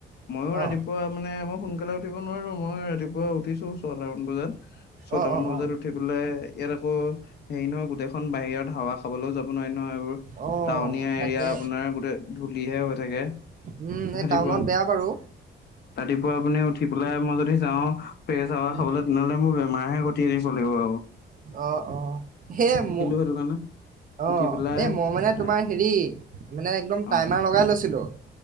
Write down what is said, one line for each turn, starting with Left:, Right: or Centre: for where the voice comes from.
Left: ময়ো
Right: অ
Left: ৰাতিপুৱা মানে মই সোনকালে উঠিব নোৱাৰোঁ, মই ৰাতিপুৱা উঠিছোঁ, ছটামান বজাত। ছয়টামান
Right: অ অ
Left: বজাত
Right: অ
Left: উঠি পেলাই, ইয়াত আকৌ হেৰি নহয়, গোটেইখন বাহিৰত হাৱা খাবলৈও যাব নোৱাৰি নহয়। এইবোৰ আৰু
Right: অ
Left: টাউনীয়া
Right: তাকে
Left: এৰিয়া, আপোনাৰ গোটেই ধূলিহে হৈ থাকে।
Right: উম্, সেই
Left: ৰাতিপুৱা।
Right: টাউনত বেয়া বাৰু।
Left: ৰাতিপুৱা আপুনি উঠি পেলাই, মই যদি যাওঁ, ফ্ৰেছ হাৱা
Right: উম
Left: খাবলৈ। তেনেহ'লে মোৰ বেমাৰহে ঘটি আনিব লাগিব আৰু।
Right: অ'অ', সেই মোৰ
Left: সেইটো কাৰণে
Right: অ',
Left: উঠি পেলাই
Right: এই মই মানে তোমাৰ
Left: এ
Right: হেৰি, মানে একদম
Left: অ
Right: টাইমাৰ লগাই লৈছিলোঁ।